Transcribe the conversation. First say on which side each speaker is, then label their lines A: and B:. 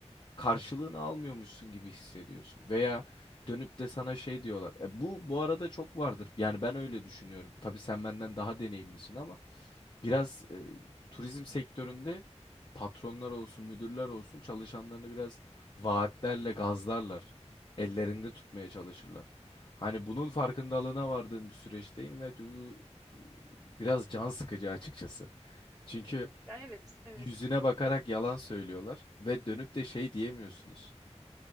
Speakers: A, on the left (about 40°); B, in the centre.
A: karşılığını almıyormuşsun gibi hissediyorsun. Veya dönüp de sana şey diyorlar. E, bu bu arada çok vardır. Yani ben öyle düşünüyorum. Tabii sen benden daha deneyimlisin ama biraz e, turizm sektöründe patronlar olsun, müdürler olsun çalışanlarını biraz vaatlerle gazlarlar. Ellerinde tutmaya çalışırlar. Hani bunun farkındalığına vardığım bir süreçteyim ve bu e, biraz can sıkıcı açıkçası. Çünkü
B: Ya evet, evet.
A: yüzüne bakarak yalan söylüyorlar ve dönüp de şey diyemiyorsunuz.